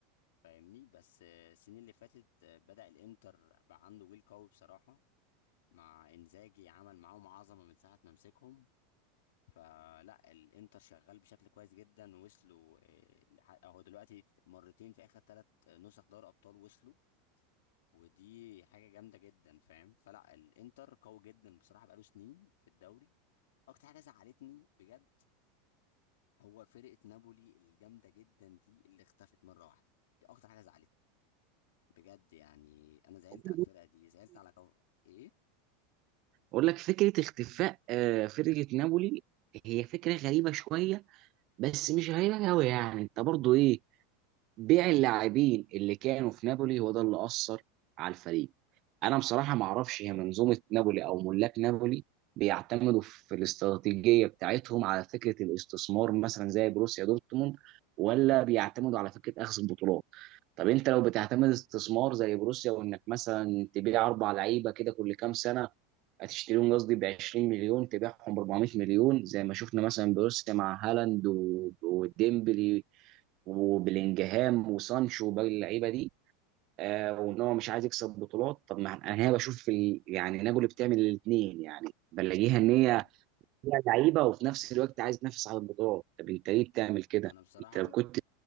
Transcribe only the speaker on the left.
فاهمني بس آه، السنين اللي فاتت آه، بدأ الانتر بقى عنده جيل قوي بصراحة مع انزاجي عمل معاهم عظمة من ساعة ما مسكهم فلا الانتر شغال بشكل كويس جدا وصلوا آه، لح- هو دلوقتي مرتين في اخر ثلاث نسخ دوري ابطال وصلوا ودي حاجة جامدة جدا فاهم فلا الانتر قوي جدا بصراحة بقاله سنين في الدوري اكتر حاجة زعلتني بجد هو فرقة نابولي الجامدة جدا دي اللي اختفت مرة واحدة دي اكتر حاجة زعلتني بجد يعني انا زعلت
على الفرقه دي زعلت على كو... ايه
امم
انا بصراحه